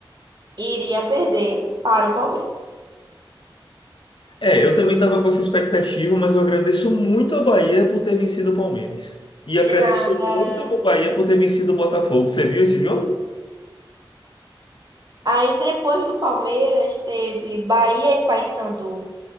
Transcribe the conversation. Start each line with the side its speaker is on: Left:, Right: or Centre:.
Right: iria perder para o Palmeiras.
Left: É, eu também estava com essa expectativa, mas eu agradeço muito a Bahia por ter vencido o Palmeiras. E agradeço
Right: De nada.
Left: muito ao Bahia por ter vencido o Botafogo. Você viu esse jogo?
Right: Aí, depois do Palmeiras, teve Bahia e Paysandu